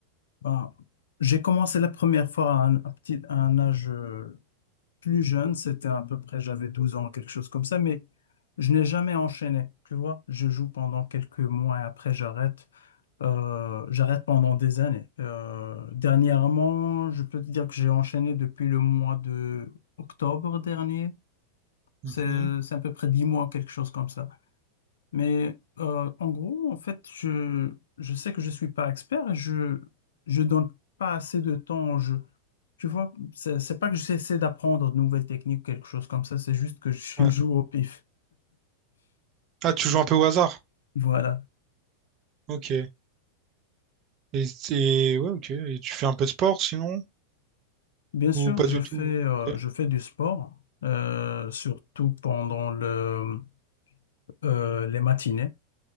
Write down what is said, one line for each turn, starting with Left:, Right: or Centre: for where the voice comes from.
Left: ben, j'ai commencé la première fois à un, à petit, à un âge euh, plus jeune. C'était à peu près, j'avais 12 ans, quelque chose comme ça. Mais je n'ai jamais enchaîné. Tu vois, je joue pendant quelques mois et après, j'arrête. Euh, j'arrête pendant des années. Euh, dernièrement, je peux te dire que j'ai enchaîné depuis le mois de octobre dernier.
Right: Mhm.
Left: C'est, c'est à peu près 10 mois, quelque chose comme ça. Mais euh, en gros, en fait, je, je sais que je ne suis pas expert et je je donne pas assez de temps au jeu. Tu vois, c'est c'est pas que j'essaie d'apprendre de nouvelles techniques, quelque chose comme ça, c'est juste que je
Right: Ouais.
Left: <laughs> joue au pif.
Right: Ah, tu joues un peu au hasard?
Left: Voilà.
Right: Ok. Et, c'est- ouais, ok. Et tu fais un peu de sport sinon?
Left: Bien sûr,
Right: Ou pas
Left: je
Right: du
Left: fais,
Right: tout?
Left: euh,
Right: Ok.
Left: je fais du sport, euh, surtout pendant le, euh, les matinées.